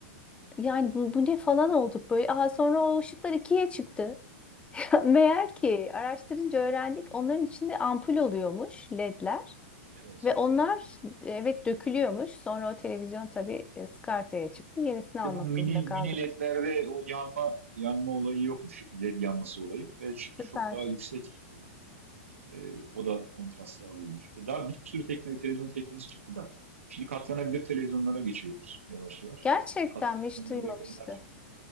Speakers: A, on the left (about 15°); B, on the right (about 80°).
A: Yani bu, bu ne falan olduk böyle. Aa, sonra o ışıklar ikiye çıktı. <laughs> Meğer ki araştırınca öğrendik onların içinde ampul oluyormuş ledler.
B: evet.
A: Ve onlar evet dökülüyormuş. Sonra o televizyon tabii e, skartaya çıktı. Yenisini
B: İşte
A: almak
B: bu mini,
A: durumunda kaldık.
B: mini LED'lerde o yanma yanma olayı yokmuş. LED yanması olayı ve çok
A: Süper.
B: çok daha yüksek e, E, o da kontrast sağlıyormuş. E, daha bir sürü teknoloji, televizyon teknolojisi çıktı da şimdi katlanabilir televizyonlara geçiyoruz yavaş yavaş.
A: Gerçekten
B: Katlanabilir
A: mi? Hiç duymamıştı.
B: ekranlar.